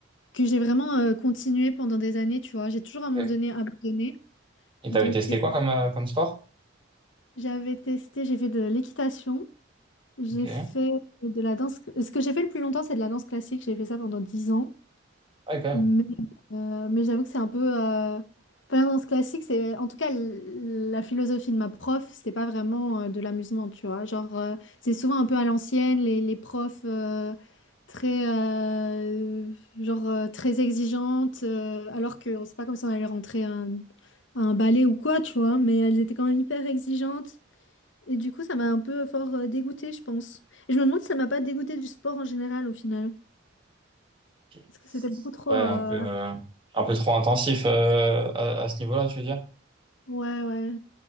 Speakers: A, on the left (about 70°); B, on the right (about 25°).
A: que j'ai vraiment euh, continué pendant des années. Tu vois, j'ai toujours à un moment
B: Ouais.
A: donné abandonné.
B: Et
A: Donc
B: t'avais testé
A: euh,
B: quoi comme, euh, comme sport?
A: j'avais testé, j'ai fait de l'équitation, j'ai
B: Ok. Ouais,
A: fait de la danse. Ce que j'ai fait le plus longtemps, c'est de la danse classique. J'ai fait ça pendant 10 ans.
B: quand même.
A: Mais, euh, mais j'avoue que c'est un peu. Euh... enfin, dans ce classique, c'est. En tout cas, l- la philosophie de ma prof, c'était pas vraiment euh, de l'amusement, tu vois. Genre, euh, c'est souvent un peu à l'ancienne, les, les profs euh, très. euh, Genre, euh, très exigeantes, euh, alors que c'est pas comme si on allait rentrer à un, à un ballet ou quoi, tu vois. Mais elles étaient quand même hyper exigeantes. Et du coup, ça m'a un peu fort euh, dégoûtée, je pense. Et je me demande si ça m'a pas dégoûtée du sport en général, au final.
B: Ok.
A: Parce que c'était beaucoup trop.
B: Ouais,
A: euh,
B: un peu, euh, un peu trop intensif euh, à, à ce niveau-là, tu veux dire?
A: Ouais, ouais.